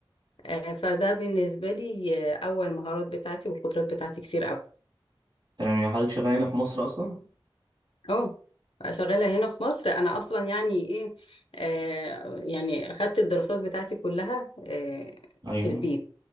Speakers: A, on the left; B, on the right.
A: آه، فده بالنسبة لي آه، أول مهارات بتاعتي والقدرات بتاعتي كتير أوي
B: تمام يعني حضرتك شغالة هنا في مصر أصلا؟
A: أه شغالة هنا في مصر أنا أصلا يعني إيه آه، يعني أخدت الدراسات بتاعتي كلها آه،
B: أيوه
A: في البيت